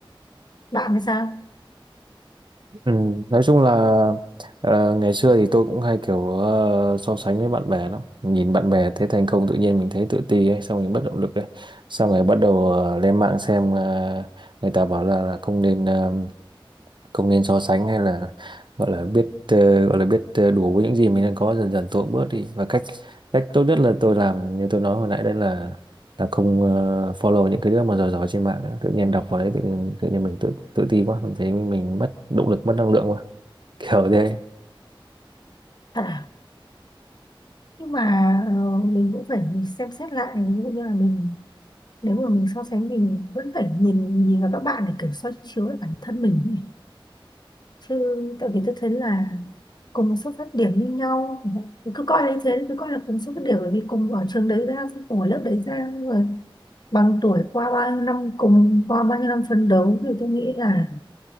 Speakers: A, on the left; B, on the right.
A: bạn thì sao
B: Ừ, nói chung là ờ, ngày xưa thì tôi cũng hay kiểu ờ, so sánh với bạn bè lắm nhìn bạn bè thấy thành công tự nhiên mình thấy tự ti ấy xong mình bất động lực ấy xong rồi bắt đầu ờ, lên mạng xem ờ, người ta bảo là, là không nên ờ, không nên so sánh hay là gọi là biết ờ, gọi là biết ờ, đủ với những gì mình đang có dần dần tôi cũng bớt đi và cách cách tốt nhất là tôi làm như tôi nói hồi nãy đấy là là không ờ, follow những cái đứa mà giỏi giỏi trên mạng nữa. tự nhiên đọc vào đấy tự nhiên tự nhiên mình tự tự ti quá mình thấy mình mất động lực mất năng lượng quá kiểu thế
A: thật à nhưng mà ờ, mình cũng phải xem xét lại ví dụ như là mình nếu mà mình so sánh mình vẫn phải nhìn nhìn vào các bạn để kiểu soi chiếu lại bản thân mình ấy. chứ tại vì tôi thấy là cùng một xuất phát điểm như nhau cứ coi là như thế cứ coi là cùng xuất phát điểm bởi vì cùng ở trường đấy ra xong cùng ở lớp đấy ra xong rồi bằng tuổi qua bao nhiêu năm cùng qua bao nhiêu năm phấn đấu thì tôi nghĩ là